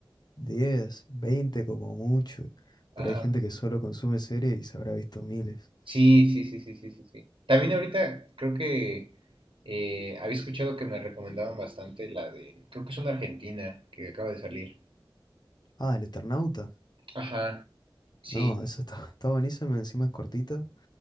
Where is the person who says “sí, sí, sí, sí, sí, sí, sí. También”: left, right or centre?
Right